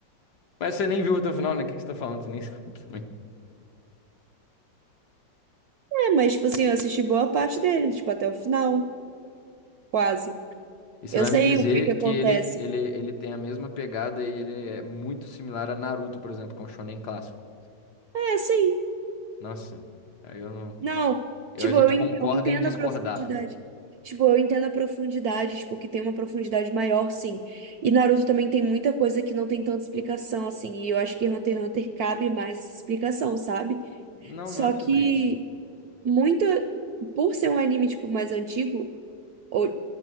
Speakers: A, on the left; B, on the right.
A: Mas você nem viu até o final, né? O que que você tá falando? Você nem <laughs> sabe também.
B: É, mas, tipo assim, eu assisti boa parte dele, tipo, até o final, quase.
A: E você
B: Eu
A: vai
B: sei
A: me dizer
B: o que que acontece.
A: que ele, ele, ele tem a mesma pegada e ele é muito similar a Naruto, por exemplo, que é um shonen clássico.
B: É, sim.
A: Nossa, aí eu não.
B: Não,
A: Eu,
B: tipo,
A: a gente
B: eu, en-
A: concorda
B: eu entendo
A: em discordar.
B: a profundidade. Tipo, eu entendo a profundidade, tipo, que tem uma profundidade maior, sim. E Naruto também tem muita coisa que não tem tanta explicação, assim. E eu acho que Hunter x Hunter cabe mais essa explicação, sabe?
A: Não,
B: Só
A: não é sobre
B: que
A: isso.
B: muita. Por ser um anime, tipo, mais antigo, ou